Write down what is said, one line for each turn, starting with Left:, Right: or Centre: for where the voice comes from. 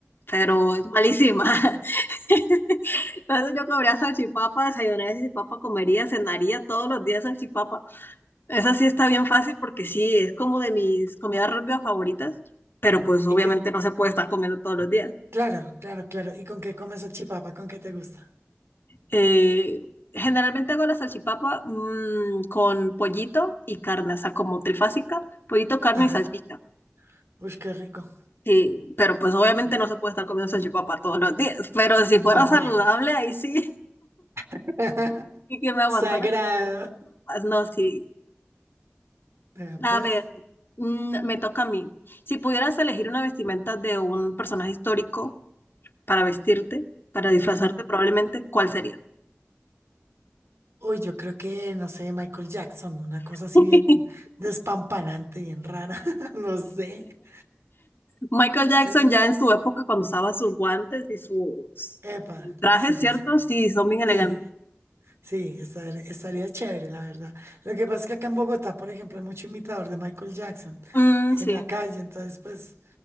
Left: pero es malísima. <laughs> Entonces yo comería salchipapa, desayunaría salchipapa, comería, cenaría todos los días salchipapa. Esa sí está bien fácil porque sí, es como de mis comidas rápidas favoritas, pero pues
Right: Y
Left: obviamente
Right: que,
Left: no se puede estar comiendo todos los días.
Right: claro, claro, claro. ¿Y con qué comes chipapa? ¿Con qué te gusta?
Left: Eh, generalmente hago la salchipapa mm, con pollito y carne, o sea, como trifásica, pollito, carne
Right: Ajá.
Left: y salchicha.
Right: Uy, qué rico.
Left: Sí, pero pues obviamente
Right: Sí.
Left: no se puede estar comiendo salchipapa todos los días, pero si fuera
Right: No, hombre.
Left: saludable, ahí sí,
Right: <laughs>
Left: <laughs> y que me aguantara.
Right: Sagrado.
Left: comiendo No, sí,
Right: Vea, pues.
Left: A ver, mm, me toca a mí. Si pudieras elegir una vestimenta de un personaje histórico para vestirte, para disfrazarte
Right: Ujú.
Left: probablemente, ¿cuál sería?
Right: Uy, yo creo que, no sé, Michael Jackson, una cosa así
Left: <laughs>
Right: bien despampanante, bien rara, <laughs> no sé.
Left: Michael Jackson
Right: Sí,
Left: ya en su época cuando usaba sus guantes y sus
Right: epa,
Left: eh, trajes,
Right: sí, sí,
Left: ¿cierto?
Right: sí.
Left: Sí, son bien
Right: Sí,
Left: elegantes.
Right: sí, estar- estaría chévere, la verdad. Lo que pasa es que acá en Bogotá, por ejemplo, hay mucho imitador de Michael Jackson
Left: Mm, sí.
Right: en la calle, entonces, pues,